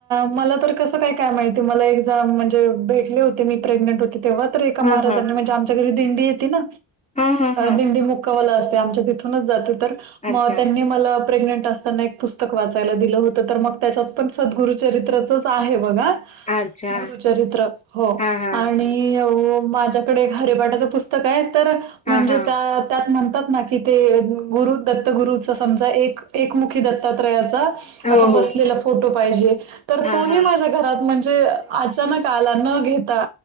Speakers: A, on the right; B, on the left.
A: मला तर कसं काय? काय माहिती? मला एक जण म्हणजे भेटले होते. मी प्रेग्नेंट होते तेव्हा. एका
B: हा
A: महाराजांनी
B: हा
A: म्हणजे आमच्या घरी दिंडी येते ना.
B: हा हा हा
A: दिंडी मुक्कावाला असते. आमच्या तिथूनच जाते. तर म
B: अच्छा
A: त्यांनी मला. प्रेग्नेंट असताना. पुस्तक वाचायला दिलं होतं. तर मग त्याच्यात पण सद्गुरुचरित्राचच आहे बघा.
B: अच्छा
A: गुरुचरित्र. हो
B: हा हा
A: आणि येउ माझ्याकडे हरेपाटाचं पुस्तक आहे. तर
B: हा
A: म्हणजे
B: हा
A: त्यात त्यात म्हणतात ना. की ते गुरु दत्तगुरूचा. समजा एक. एकमुखी दत्तात्रयाचा.
B: हो
A: असा बसलेला
B: हो
A: फोटो पाहिजे. तर
B: हा
A: तो
B: हा
A: ही माझ्या घरात. म्हणजे अचानक आला. न घेता.